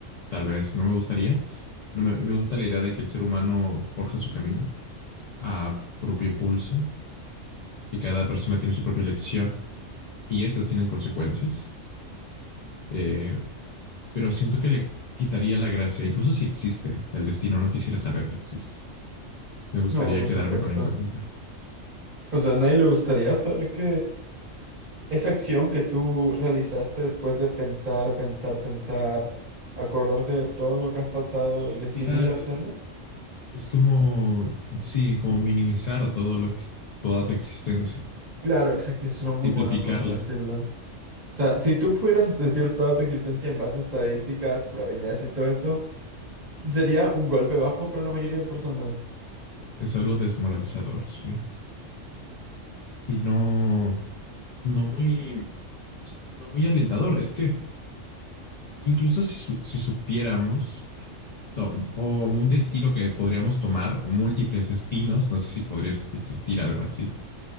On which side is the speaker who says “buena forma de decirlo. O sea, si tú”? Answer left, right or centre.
Right